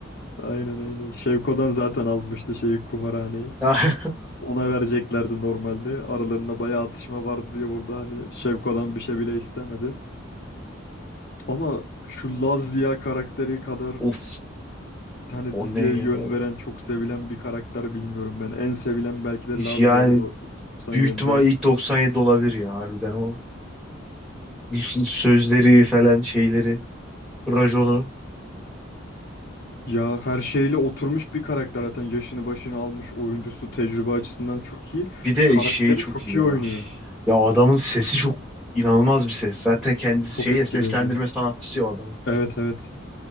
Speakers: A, on the left; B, in the centre.
A: Aynen aynen. Şevko'dan zaten almıştı şeyi kumarhaneyi.
B: <laughs>
A: Ona vereceklerdi normalde. Aralarında bayağı atışma vardı diye orada hani Şevko'dan bir şey bile istemedi. Ama şu Laz Ziya karakteri kadar
B: Of
A: hani
B: o
A: diziye
B: ne ya.
A: yön veren çok sevilen bir karakter bilmiyorum ben. En sevilen belki de Laz
B: Yani
A: Ziya'dır o 97'de.
B: büyük ihtimal ilk 97 olabilir ya harbiden o. Bir sürü sözleri falan şeyleri. Raconu.
A: Ya her şeyle oturmuş bir karakter zaten yaşını başını almış oyuncusu tecrübe açısından çok iyi.
B: Bir de
A: Karakteri
B: şeyi çok
A: çok
B: iyi ya.
A: iyi oynuyor.
B: Ya adamın sesi çok inanılmaz bir ses. Zaten kendisi
A: Çok
B: şey
A: etkileyici.
B: ya seslendirme sanatçısı ya o adamın.
A: Evet evet.